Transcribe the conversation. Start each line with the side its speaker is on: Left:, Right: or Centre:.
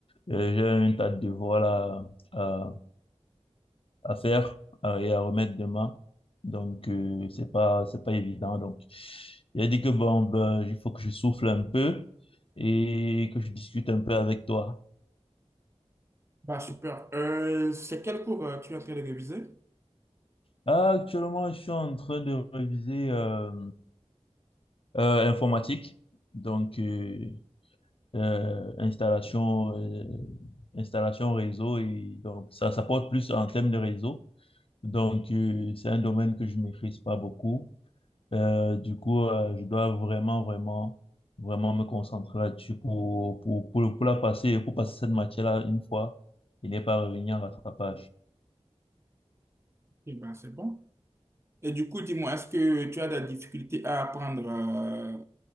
Left: euh, j'ai un tas de devoirs là, à, à faire à- et à remettre demain. Donc, euh, c'est pas, c'est pas évident. Donc, il a dit que bon, ben, il faut que je souffle un peu et que je discute un peu avec toi.
Right: Bah, super. Euh, c'est quel cours euh, tu es en train de réviser?
Left: Ah, actuellement, je suis en train de réviser. euh, Euh, informatique, donc euh, euh, installation, euh, installation réseau, et donc ça, ça porte plus en termes de réseau. Donc, euh, c'est un domaine que je maîtrise pas beaucoup. Euh, du coup, euh, je dois vraiment, vraiment, vraiment me concentrer là-dessus pour, pour, pour, pour la passer, pour passer cette matière-là une fois et ne pas revenir à rattrapage.
Right: Et bah, c'est bon. Et du coup, dis-moi, est-ce que tu as des difficultés à apprendre euh,